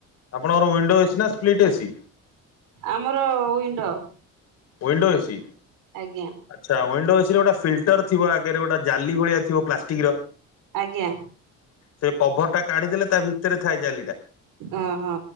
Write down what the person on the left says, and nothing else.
ଆପଣଙ୍କର ୱିଣ୍ଡୋ ଏସି ନା ସ୍ପ୍ଲିଟ ଏସି?
ୱିଣ୍ଡୋ ଏସି
ଆଚ୍ଛା ୱିନ୍ ୱିଣ୍ଡୋ ଏସି ର ଗୋଟେ ଫଲଟର୍ଥିବ ଆଗରେ ଗୋଟେ ଜାଲି ଭଳିଆ ଥିବ ପ୍ଲାଷ୍ଟିକ୍ ର
ସେ କଭର୍ ଟା କାଢିଦଲେ ତା ଭିତରେ ଥାଏ ଜାଲିଟା,